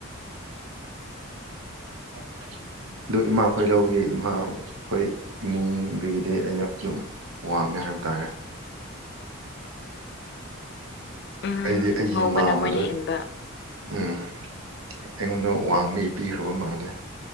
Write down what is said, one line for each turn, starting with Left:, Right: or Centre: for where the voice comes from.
Right: <unintelligible> ꯑꯗꯨ ꯏꯃꯥꯈꯣꯏ ꯂꯧꯕꯒꯤ ꯏꯃꯥꯈꯣꯏ ꯏꯃꯨꯡꯗꯒꯤꯗꯤ ꯑꯩꯅ ꯗꯨꯝ ꯋꯥꯡꯉꯦ ꯍꯥꯏꯕ ꯇꯥꯔꯦ
Left: ꯎꯝ
Right: ꯑꯩꯗꯤ ꯑꯩꯒꯤ
Left: ꯉꯧꯕꯅ
Right: ꯏꯃꯥ
Left: ꯃꯣꯏꯅ
Right: ꯃꯗ
Left: ꯍꯦꯟꯕ
Right: ꯎꯝ ꯑꯩꯉꯣꯟꯗ ꯋꯥꯡꯕꯒꯤ ꯄꯤꯈ꯭ꯔꯕ ꯃꯥꯜꯂꯦ